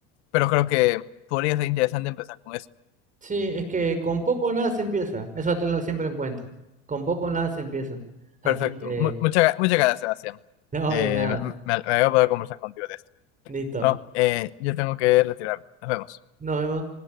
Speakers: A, on the left; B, on the right.
A: Pero creo que podría ser interesante empezar con eso.
B: Sí, es que con poco o nada se empieza. Eso tenlo siempre en cuenta. Con poco o nada se empieza. Así
A: Perfecto.
B: que,
A: Mu- mucha- muchas gracias, Sebastián.
B: <laughs> no,
A: Eh,
B: de nada.
A: me, me, me voy a poder conversar contigo de esto.
B: Listo.
A: Bueno, eh, yo tengo que retirarme. Nos vemos.
B: Nos vemos.